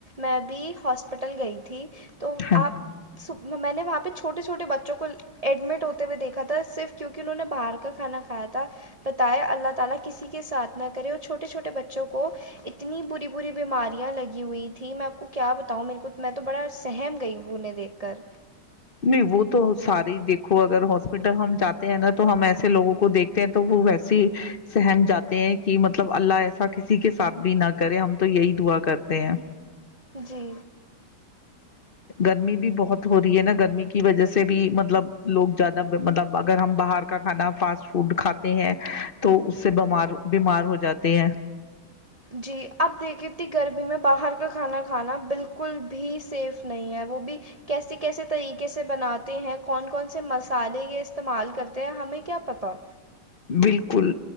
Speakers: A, on the right; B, on the left.
A: میں بھی ہاسپٹل گئی تھی تو
B: ہاں
A: آپ سپنا میں نے وہاں پہ چوٹےھو چھوٹے بچوں کو ایڈمٹ ہوتے ہوئے دیکھا تھا صرف کیونکہ انہوں نے باہر کا کھانا کھایا تھا بتایا اللہ تعالی کسی کے ساتھ نہ کرے اور چھوٹے چھوٹے بچوں کو اتنی بری بری بیماریاں لگی ہو تھیں میں آپ کو کیا بتاوں میرے کو میں تو بڑا سہم گئی ہوں انہیں دیکھ کر
B: نہیں وہ تو سارے دیکھو اگر ہاسپٹل ہم جاتے ہیں نا تو ہم ایسے لوگوں کو دیکھتے ہیں تو وہ ویسیے سہم جاتے ہیں کہ مطلب اللہ ایسا کسی کے ساتھ بھی نہ کرے ہم تو یہی دعا کرتے ہیں
A: جی
B: گرمی بھی بہت ہو رہی ہے نا گرمی کی وجہ سے بھی مطلب لوگ زیادہ مطلب اگر ہم باہر کا کھانا فاسٹ فوڈ کھاتے ہیں تو اس سے بیمار بیمار ہو جاتے ہیں
A: جی اب دیکھے تھی گرمی میں باہر کا کھانا کھانا بالکل بھی سیف نہیں ہے وہ بھی کیسے کیسے طریقے سے بناتے ہیں کون کون سے مسالے یہ استعمال کرتے ہیں ہمیں کیا پتاہ
B: بالکل